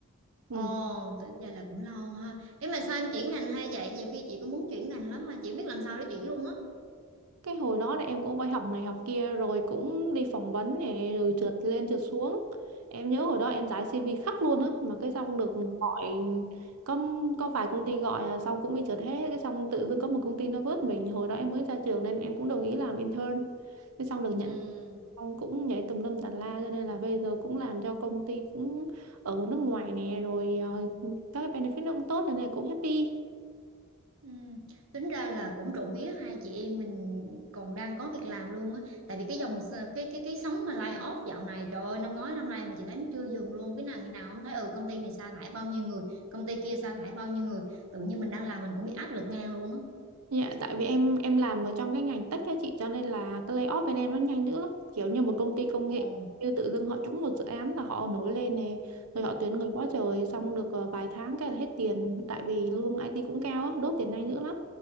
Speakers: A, on the right (about 85°); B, on the right (about 60°).
A: Ừ.
B: Ồ, tính ra là cũng lâu ha. Ấy mà sao em chuyển ngành hay vậy? Nhiều khi chị cũng muốn chuyển ngành lắm mà chị không biết làm sao để chuyển luôn á.
A: cái hồi đó thì em cũng phải học này học kia rồi cũng đi phỏng vấn này rồi trượt lên trượt xuống em nhớ hồi đó em giải CV khắp luôn á mà cái xong được gọi có có vài công ty gọi à, xong cũng bị trượt hết cái xong tự dưng có một công ty nó vớt mình hồi đó em mới ra trường nên em cũng đồng ý làm intern cái xong được
B: Ừ.
A: nhận xong cũng nhảy tùm lum tà la cho nên là bây giờ cũng làm cho công ty cũng ở nước ngoài nè rồi à, các cái benefit nó cũng tốt cho nên là cũng happy
B: Ừ. Tính ra là cũng trộm vía hai chị em mình còn đang có việc làm luôn á. Tại vì cái dòng cái cái cái sóng mà lay off dạo này trời ơi, năm ngoái năm nay mà chị thấy nó chưa dừng luôn. Cái nào ngày nào không thấy ừ công ty này sa thải bao nhiêu người, công ty kia sa thải bao nhiêu người. Tự nhiên mình đang làm mình cũng bị áp lực ngang luôn á.
A: Dạ, tại vì em em làm ở trong cái ngành tech á chị cho nên là cái layoff bên em nó nhanh dữ lắm. Kiểu như một công ty công
B: Ồ.
A: nghệ như tự dưng họ trúng một dự án là họ nổi lên nè, rồi họ tuyển người quá trời xong được ờ, vài tháng cái là hết tiền tại vì lương IT cũng cao á, đốt tiền nhanh dữ lắm.